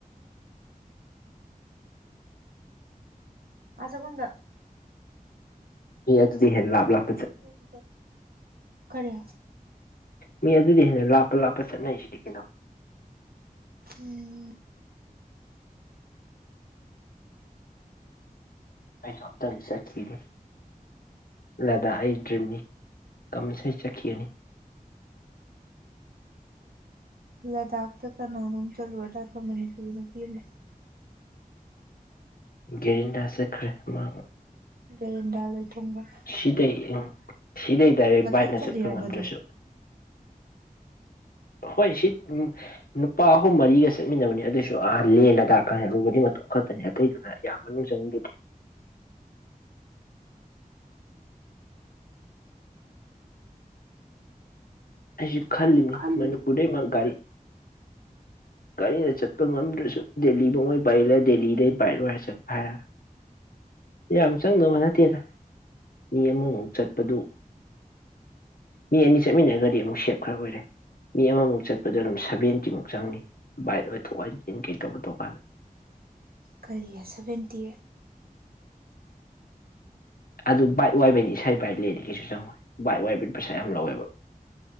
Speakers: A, on the right (about 85°); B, on the left (about 75°).
A: ꯑ ꯆꯈꯨꯝꯗ꯫
B: ꯃꯤ ꯑꯗꯨꯗꯩ ꯍꯦꯟꯅ ꯂꯥꯞ ꯂꯥꯞ
A: ꯈꯔꯖꯨ ꯆꯞ ꯀꯔꯤ
B: ꯃꯤ ꯑꯗꯨꯗꯩ ꯍꯦꯟꯅ ꯂꯥꯞꯄ ꯂꯥꯞꯄ ꯆꯠꯅꯩꯁꯤꯗꯤ ꯀꯩꯅꯣ꯫
A: ꯎꯝ꯫
B: ꯑꯩꯖꯨ ꯑꯝꯇꯪ ꯆꯠꯈꯤꯅꯤ ꯂꯗꯥꯛ ꯑꯩ ꯗ꯭ꯔꯤꯝꯅꯤ ꯀꯃꯟꯁꯔꯤ ꯆꯠꯈꯤꯒꯅꯤ꯫
A: ꯂꯗꯥꯥꯛꯇ ꯀꯅꯥꯅꯣꯝ ꯆꯂꯨꯔꯗꯥꯏ ꯈꯣꯏ ꯃꯅꯤꯄꯨꯔꯤ ꯅꯨꯄꯤ ꯑꯃ
B: ꯒꯦꯔꯤꯟꯗ ꯆꯠꯈꯔꯦ ꯃꯥꯑꯝ
A: ꯒꯦꯔꯤꯟꯗ ꯂꯣꯏꯇꯔꯣꯡꯕꯝ꯫
B: ꯁꯤꯗꯩ <unintelligible> ꯁꯤꯗꯩ ꯗꯥꯏꯔꯦꯛ
A: ꯃꯊꯟ
B: ꯕꯥꯏꯛꯅ
A: ꯆꯠꯂꯤꯔꯕꯗꯣ
B: ꯆꯠꯄ ꯉꯝꯗ꯭ꯔꯁꯨ ꯍꯣꯏ ꯁꯤ ꯅꯨꯄꯥ ꯑꯍꯨꯝ ꯃꯔꯤꯒ ꯆꯠꯃꯤꯟꯅꯕꯅꯦ ꯑꯗꯨꯏꯁꯨ ꯑꯍꯥꯟꯕꯅꯤ ꯂꯗꯥꯥꯛ ꯀ ꯌꯧꯔꯨꯕꯗꯤ ꯃꯇꯣꯝ ꯈꯛꯇꯅꯣ ꯑꯇꯩꯗꯨꯅ ꯌꯥꯝ ꯃꯅꯨꯡ ꯆꯪꯒꯤꯗꯦ꯫ ꯑꯩꯖꯨ ꯈꯜꯂꯤꯝꯅꯤ
A: ꯑꯩꯁꯨ ꯈꯜꯂꯤꯅꯤ
B: ꯃꯅꯤꯄꯨꯔꯗꯒꯗꯩ ꯃꯛ ꯒꯥꯔꯤ ꯒꯥꯔꯤꯅ ꯆꯠꯄ ꯉꯝꯗ꯭ꯔꯁꯨ ꯗꯦꯜꯂꯤꯐꯥꯎꯉꯩ ꯄꯥꯏꯂ ꯗꯦꯜꯂꯤꯗꯩ ꯄꯥꯏꯂꯣꯏꯔ ꯆꯠꯄ ꯍꯥ ꯌꯥꯝ ꯆꯪꯗꯧꯕ ꯅꯠꯇꯦꯗ ꯃꯤ ꯑꯃꯃꯨꯛ ꯆꯠꯄꯗꯨ ꯃꯤ ꯑꯅꯤ ꯆꯠꯃꯤꯟꯅꯒ꯭ꯔ ꯗꯤꯃꯨꯛ ꯁꯦꯞ ꯈꯔ ꯑꯣꯏꯔꯦ ꯃꯤ ꯑꯃꯃꯨꯛ
A: ꯎꯝ
B: ꯆꯠꯄꯗ ꯑꯗꯨꯝ ꯁꯚꯦꯟꯇꯤꯃꯨꯛ ꯆꯪꯅꯤ ꯕꯥꯏꯠ ꯑ <unintelligible> ꯀꯩ ꯇꯧꯕ ꯇꯧꯀꯥꯟꯗ꯫
A: ꯀꯔꯤ ꯁꯕꯦꯟꯇꯤ꯫
B: ꯑꯗꯨ ꯕꯥꯏꯛ ꯋꯥꯏꯕꯩꯅꯤ ꯏꯁꯩꯥꯏ ꯕꯥꯏꯛ ꯂꯩꯔꯗꯤ ꯀꯩꯁꯨ ꯆꯪꯉꯣꯏ ꯕꯥꯏꯛ ꯋꯥꯏꯕꯩ ꯄꯩꯁꯥ ꯌꯥꯝ ꯂꯧꯋꯦꯕ꯫